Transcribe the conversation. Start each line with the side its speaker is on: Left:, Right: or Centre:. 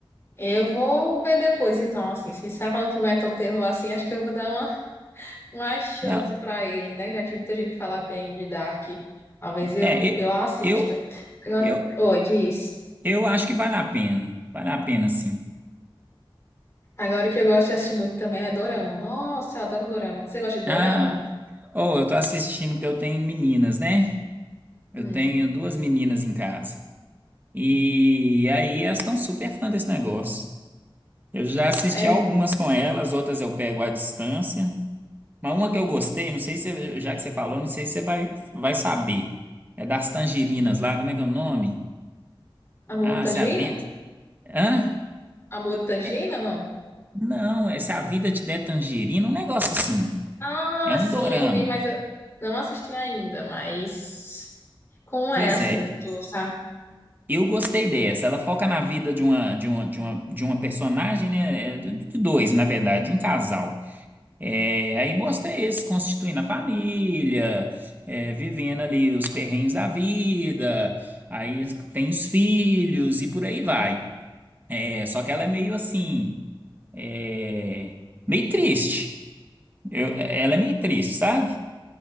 Left: Eu vou ver depois, então, assim, se você tá falando que não é tão terror assim, acho que eu vou dar uma, uma chance
Right: Dá-
Left: pra ele, né? Já que muita gente fala bem de Dark. Talvez eu,
Right: É, e-
Left: eu assista.
Right: eu,
Left: Agora,
Right: eu,
Left: oi, diz.
Right: eu acho que vale a pena. Vale a pena, sim.
Left: Agora o que eu gosto de assistir muito também é dorama. Nossa, eu adoro dorama. Você gosta de dorama?
Right: Ah, oh, eu tô assistindo porque eu tenho meninas, né?
Left: Hum,
Right: Eu tenho duas meninas em casa. E aí elas estão super fã desse negócio. Eu já assisti
Left: sério?
Right: algumas com elas, outras eu pego à distância. Mas uma que eu gostei, não sei se, você- já que você falou, não sei se você vai, vai saber. É das tangerinas lá, como é que é o nome?
Left: Amor
Right: Ah,
Left: de Tangerina?
Right: se a vida. Hã?
Left: Amor de Tangerina,
Right: É,
Left: não?
Right: não, é se a vida te der tangerina, um negócio assim.
Left: Ah,
Right: É um
Left: sim,
Right: dorama.
Left: eu vi, mas eu não assisti ainda, mas como é
Right: Pois
Left: assim,
Right: é.
Left: tu sabe?
Right: Eu gostei dessa. Ela foca na vida de uma, de uma, de uma, de uma personagem, né? É, De de dois, na verdade, de um casal. É, aí mostra eles constituindo a família, é, vivendo ali os perrengues da vida. Aí eles têm os filhos e por aí vai. É, só que ela é meio assim, é, meio triste. Eu- ela é meio triste, sabe?